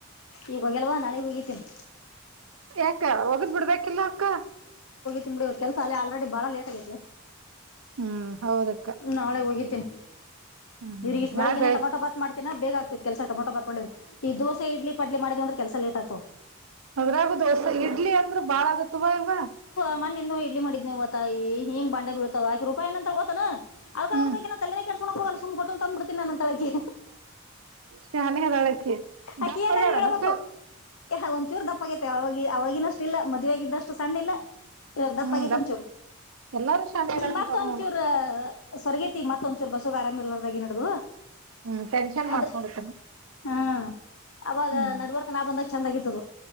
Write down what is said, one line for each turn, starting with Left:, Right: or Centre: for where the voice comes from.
Left: ಈಗ ಹೋಗ್ಯಲ್ವಾ ನಾಳೆಗೆ ಹೋಗಿತೀನಿ
Right: ಯಾಕ ಒಗದ್ ಬಿಡ್ಬೇಕಿಲ್ಲ ಅಕ್ಕ
Left: ತಿಂಬಿ ಕೆಲಸ ಅಲ್ಲಿ ಆಲ್ರೆಡಿ ಬಾಳ ಲೇಟ್ ಆಗೈತ್ಲೆ
Right: ಹ್ಮ್ ಹೌದಕ್ಕ
Left: ನಾಳೆ ಹೋಗಿದ್ದೇನಿ
Right: ಹ್ಮ್
Left: ಇದ್ರಗ ಇಷ್ಟ
Right: ನಾಳೆ
Left: ಬೆಳಿಗ್ಗೆನೆ
Right: ಬೆಳಿಗ್ಗೆ
Left: ಟಮೊಟೋ ಪಾತ್ ಮಾಡ್ತೀನಿ ದಿನ ಬೇಗ ಆಗ್ತಿ ಕೆಲಸ ಟಮೋಟ ಬಾತ್ ಮಾಡಿದ್ರೆ ಈ ದೋಸೆ ಇಡ್ಲಿ ಪಡ್ಲಿ ಮಾಡಿದ್ಂದ್ರೆ ಕೆಲಸ ಲೇಟ್ ಆಗ್ತು
Right: ಅದ್ರಾಗ ದೋಸೆ ಇಡ್ಲಿ ಅಂದ್ರೆ ಬಾಳ ಆಗತ್ವಾ ಇವವ
Left: <unintelligible> ಇಡ್ಲಿ ಮಾಡಿದನವು ತ್ತತಾಯ ಹಿಂಗ ಬಂಡೆ ಬಳ್ತವ ಆಕಿ ರೂಪಾಯಏನಂತತ್ರ ಗೊತನಾ ಅದಕ
Right: ಹ್ಮ್
Left: ನೋಡ್ಕ ನಾ ತಲೆನೇ ಕ ಕೆಡಸಕೋಕ ಹೋಗವಲ್ಲ ಸುಮ್ ಹ ಹೊಟ್ಟಲ್ ತಂದ್ಬ ಬಿಡ್ತೀನಿ ನ ಅ ತಳಕಿ
Right: ಶಾನೆ ಅದಾಳಕಿ
Left: ಅಕಿ
Right: ದಪ್ಪ
Left: ಏನ್ರ
Right: ಆಗ್ಯಾಳನಕ್ಕ
Left: ಹೇಳ್ಬೇಕು ಯಹ ಒಂದಂಚೂರು ದಪ್ಪ ಆಗೈತೆ ಅವವಾಗಿ ಅವವಾಗಿನಷ್ಟು ಇಲ್ಲ ಮದ್ವೆಯಾಗಿದ್ದಷ್ಟು ಸಣ್ಣಿಲ್ಲಲ್ಲ ಇ ದಪ್ಪತ್
Right: ಹ್ಮ್ ದಪ್ಪ
Left: ಒಂಚೂರು
Right: ಎಲ್ಲಾರು ಶಾನೆ ಆಗ್ಯಾಕುಂತಾರ
Left: ಈ ಮತ್ ಒಂಚೂರು
Right: ನೋಡು
Left: ಸರಗೇತಿ ಮತ್ತ ಒಂದಚೂ ಬಸು ಆರಾಮ ಇರ್ಲಾರದಾಗಿ ನಡ್ದದು
Right: ಹ್ಮ್ ಟೆನ್ಷನ್
Left: ಆದ್ರೆ
Right: ಮಾಡ್ಕೊಂಡಿರ್ತಾನ
Left: ಹ್ಮ ಅವಾಗ
Right: ಹ್ಮ್
Left: ನಡ್ವರ್ಕ್ ನಾ ಬಂದಾಗ ಚೆಂದಗತ್ತದು